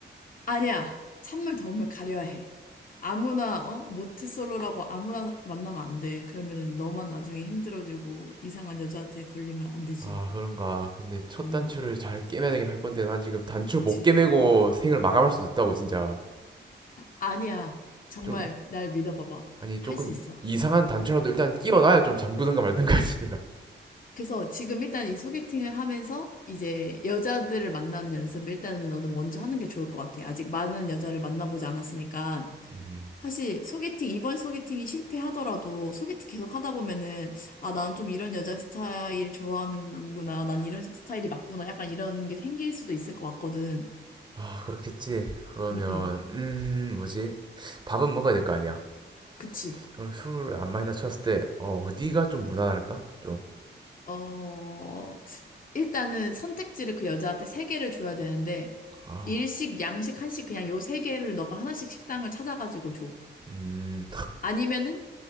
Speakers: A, on the left; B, on the right.
A: 아니야. 찬물, 더운물 가려야 해. 아무나, 어? 모태솔로라고 아무나 만나면 안 돼. 그러면은 너만 나중에 힘들어지고 이상한 여자한테 걸리면 안 되지.
B: 아 그런가 근데 첫
A: 음,
B: 단추를 잘 깨매야 되할 건데 난 지금 단추
A: 그치.
B: 못 깨매고 생을 마감할 수도 있다고 진짜
A: 아니야. 정말
B: 좀
A: 날 믿어봐봐.
B: 아니 조금
A: 할 수 있어.
B: 이상한 단추라도 일단 끼워놔야 좀 잠그든가 말든가지 내가.
A: 그래서 지금 일단 이 소개팅을 하면서 이제 여자들을 만나는 연습을 일단은 너는 먼저 하는 게 좋을 것 같아. 아직 많은 여자를 만나보지 않았으니까.
B: 음.
A: 사실 소개팅, 이번 소개팅이 실패하더라도 소개팅 계속 하다 보면은 아, 난 좀 이런 여자 스타일 좋아하는구나. 난 이런 스타일이 맞구나. 약간 이런 게 생길 수도 있을 것 같거든.
B: 아 그렇겠지. 그러면
A: 응, 응.
B: 음 뭐지? 밥은 먹어야 될 거 아니야.
A: 그치.
B: 그럼 술을 안 마신다 쳤을 때 어, 어디가 좀 무난할까? 좀.
A: 어, 일단은 선택지를 그 여자한테 세 개를 줘야 되는데
B: 아.
A: 일식, 양식, 한식 그냥 요 세 개를 너가 하나씩 식당을 찾아가지고 줘.
B: 음.
A: 아니면은